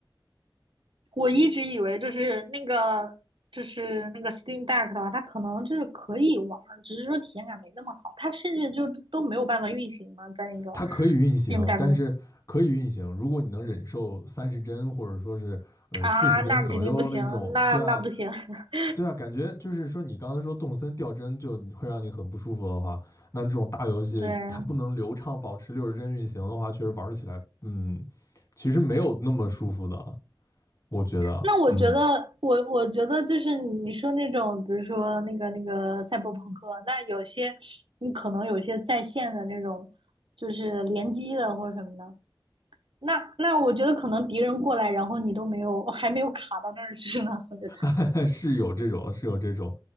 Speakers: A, on the right; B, on the left.
A: 我一直以为就是那个就是那个 Steam Deck 的话，它可能就是可以玩儿只是说体验感没那么好，它甚至就都没有办法运行嘛，在那个
B: 它可以运行，
A: Steam Deck
B: 但是可以运行。
A: 上
B: 如果你能忍受三十帧，或者说是呃四十帧左右那种，
A: 啊，那肯定不行，那那不行，
B: 对啊，
A: <laughs>
B: 对啊，感觉就是说你刚才说动森掉帧就会让你很不舒服的话，那这种大游戏它不能流畅保持六十帧运行的话，
A: 对。
B: 确实玩起来，嗯，其实没有那么舒服的，我觉得，
A: 那我觉得，
B: 嗯，
A: 我我觉得就是你说那种，比如说那个那个赛博朋克，那有些你可能有些在线的那种，就是联机的或者什么的，那那我觉得可能敌人过来，然后你都没有，还没有卡到那儿去呢，我觉得。
B: <laughs> 是有这种，是有这种。